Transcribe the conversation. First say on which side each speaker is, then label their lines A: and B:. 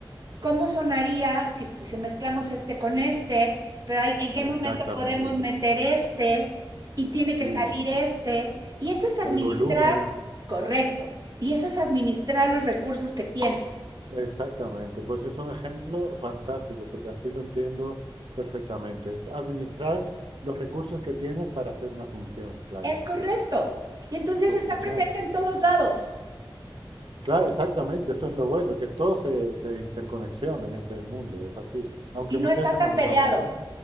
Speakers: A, on the right; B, on the right.
A: cómo sonaría si, si mezclamos este con este, pero hay, en qué momento
B: Exactamente.
A: podemos meter este y tiene
B: Sí,
A: que salir
B: el,
A: este. Y eso es administrar,
B: el volumen.
A: correcto, y eso es administrar los recursos que tienes.
B: Exactamente. Pues es un ejemplo fantástico, porque así lo entiendo perfectamente. Es administrar los recursos que tienes para hacer una función, claro.
A: Es correcto. Y entonces
B: Pues
A: está
B: genial.
A: presente en todos lados
B: Claro, exactamente. Eso es lo bueno, que todo se, se interconexiona en este mundo. Es así. Aunque
A: y no
B: muchas
A: está
B: veces
A: tan
B: no nos
A: peleado.
B: damos cuenta.